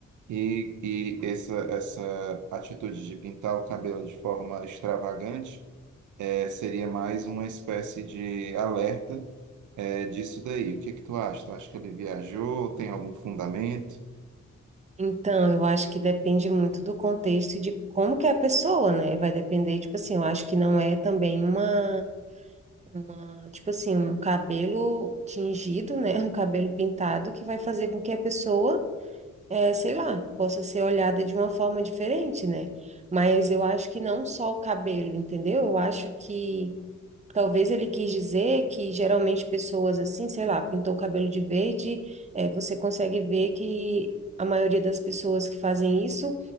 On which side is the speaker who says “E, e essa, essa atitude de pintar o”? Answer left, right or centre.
Right